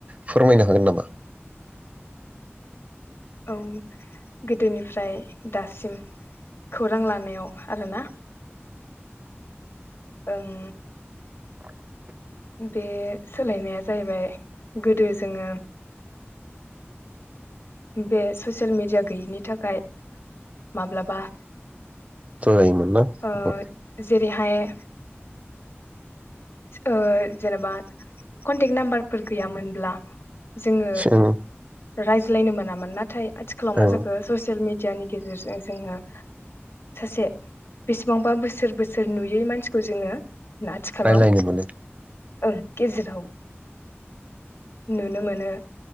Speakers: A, on the right (about 30°); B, on the left (about 60°).
A: फोरमायनो हागोन नामा।
B: औ गोदोनिफ्राय दासिम खौरां लानायाव आरोना ओं।
A: <inaudible>
B: बे सोलायनाया जाहैबाय गोदो जोङो। बे स ससियेल मिडिया गैयिनि थाखाय माब्लाबा।
A: जायमोना <inaudible>
B: ओ जेरैहाय आ जेनबा। कनटेक्ट नाम्बारफोर गैयामोनब्ला जोङो
A: जों
B: रायज्लायनो मोन <unintelligible> नाथाय आथिखालाव
A: औ
B: मा जाखो ससियेल मि मिडियानि गेजेरजों जोङो सासे बेसेबांबा बोसोर बोसोर नुयो बेै मानसिखौ जोङो। आथिखालाव।
A: रायलायनो मोनो
B: ओं गेजेराव। नुनो मोनो।